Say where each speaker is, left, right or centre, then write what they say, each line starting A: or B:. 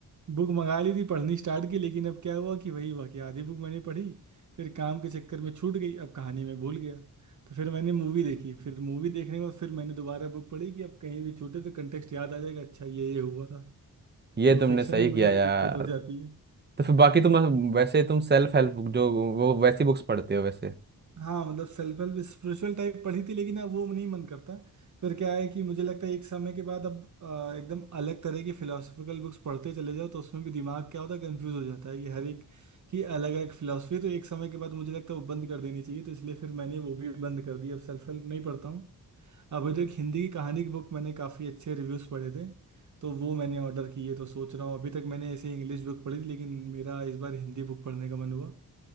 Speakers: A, on the right; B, on the right.
A: बुक मंगा ली थी पढ़नी स्टार्ट की लेकिन अब क्या हुआ कि वही हुआ कि आधी बुक मैंने पढ़ी फिर काम के चक्कर में छूट गई अब कहानी में भूल गया तो फिर मैंने मूवी देखी फिर मूवी देखने के बाद फिर मैंने दोबारा बुक पढ़ी कि अब कहीं भी छूटे तो कंटेक्स्ट याद आ जाएगा अच्छा ये ये हुआ था
B: ये
A: तो
B: तुमने
A: फिक्शन
B: सही
A: में मुझे
B: किया
A: ये
B: यार
A: दिक्कत हो जाती है
B: तो फिर बाकी तुम वैसे तुम सेल्फ हेल्प बुक जो वो वैसी बुक्स पढ़ते हो वैसे
A: हाँ मतलब सेल्फ हेल्प स्पिरिचुअल टाइप पढ़ी थी लेकिन अब वो नहीं मन करता फिर क्या है कि मुझे लगता है एक समय के बाद अब अ, एकदम अलग तरह की फिलोसफिकल बुक्स पढ़ते चले जाओ तो उसमें भी दिमाग क्या होता है कंफ्यूज हो जाता है कि हर एक की अलग अलग फिलोसफी तो एक समय के बाद मुझे लगता है वो बंद कर देनी चाहिए तो इसलिए फिर मैंने वो भी बंद कर दी अब सेल्फ हेल्प नहीं पढ़ता हूँ अभी तो एक हिंदी की कहानी की बुक मैंने काफ़ी अच्छे रिव्यूज़ पढ़े थे तो वो मैंने ऑर्डर की है तो सोच रहा हूँ अभी तक मैंने ऐसे इंग्लिश बुक पढ़ी थी लेकिन मेरा इस बार हिंदी बुक पढ़ने का मन हुआ